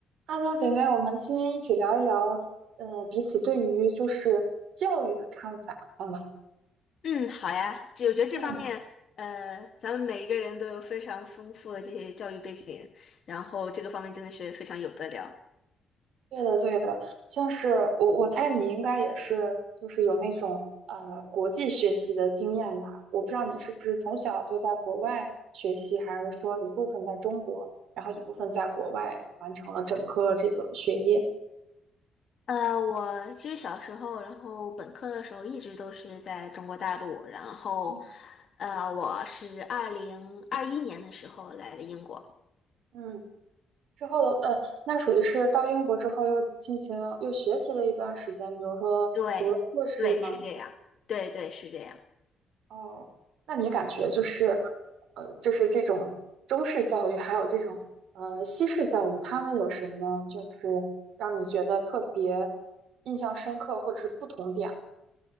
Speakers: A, on the right; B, on the left.
A: Hello，姐妹，我们今天一起聊一聊，呃，彼此对于就是教育的看法，好吗？
B: 嗯，好呀，这我觉得这方面，
A: 嗯，
B: 呃，咱们每一个人都有非常丰富的这些教育背景，然后这个方面真的是非常有得聊。
A: 对的，对的，像是我，我猜你应该也是，就是有那种呃国际学习的经验吧？我不知道你是不是从小就在国外学习，还是说一部分在中国，然后一部分在国外完成了整个这个学业。
B: 呃，我其实小时候，然后本科的时候一直都是在中国大陆，然后，
A: 嗯
B: 呃，我是二零二一年的时候来的英国。
A: 嗯，之后的，呃，那属于是到英国之后又进行又学习了一段时间，比如说读了硕士吗？
B: 对，对，是这样，对对是这样。
A: 哦，那你感觉就是，呃，就是这种中式教育，还有这种呃西式教育，他们有什么就是让你觉得特别印象深刻，或者是不同点？